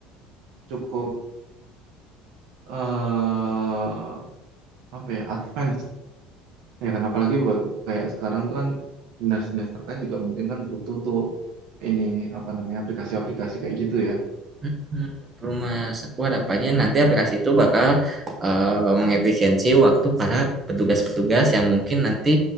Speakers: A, on the right; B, on the right.
A: cukup eh apa ya? Advance Ya kan apalagi buat kayak sekarang tuh kan dinas-dinas terkait juga mungkin kan butuh tuh ini apa namanya aplikasi-aplikasi kayak gitu ya.
B: Mhm, Betul Mas, aku harapannya
A: Mm-mm,
B: nanti aplikasi itu bakal eh, mengefisiensi waktu para petugas-petugas yang mungkin nanti